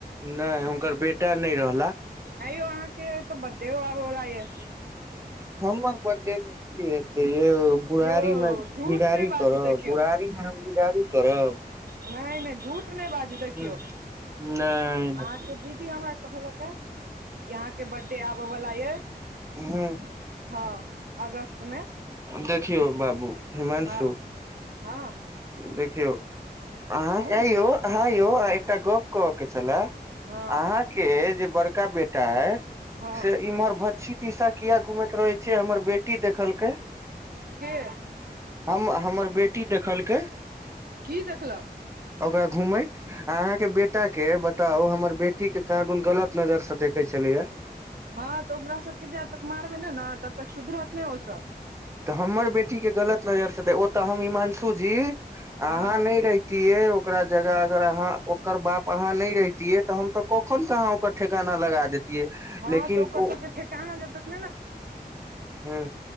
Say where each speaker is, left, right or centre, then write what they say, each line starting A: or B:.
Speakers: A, on the right; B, on the right.
A: नहि हुनकर बेटा नहि रहला
B: है यौ अहाँ के तो बर्थ डे आबवला ये
A: हमर बर्थडे मे की हेते यौ बुढ़ारी
B: यौ
A: मे
B: झूठ
A: घीदारी
B: नहि बाजू
A: करब
B: देखियौ
A: बुढ़ारी मे हम घीदारी करब
B: नहि नहि झूठ नहि बाजू देखियौ
A: नहि नहि
B: अहाँके दीदी हमरा कह लक याह की अहाँ बर्थडे आबे वाला ये
A: ह
B: हँ अगस्त मे
A: देखियौ बाबू हिमांशु
B: हँ हँ
A: देखियौ अहाँ
B: कहू ने
A: आ यौ अहाँ यौ एकटा गप कहय के छलए
B: हँ
A: अहाँ के जे बड़का बेटा अय
B: हँ
A: से इम्हर भछी दिशा किया घुमैत रहे छियै हमर बेटी देखलकै
B: के
A: हम हमर बेटी देखलकै
B: कि देखलक
A: ओकरा घूमैत अहाँके बे बेटा के बताउ हमर बेटी के कहाँ दुन गलत नजर से देखे छलैया
B: हँ तऽ ओकरा सबके जा तक मारबे ने हाँ तब तक सुधर नहि ओ सभ
A: तऽ हमर बेटीक के गलत नजर से दे ओतऽ हम हिमांशु जी अहाँ
B: हँ
A: नहि रहितियै ओकरा जगह अगर अहाँ ओकर बाप अहाँ नहि रहितियै तऽ हम तऽ कखन के अहाँ ओकर ठेकाना लगा देत ह
B: हँ
A: लेकिन
B: तऽ ओकर
A: ओ
B: सबके ठेकाना जब तक
A: हँ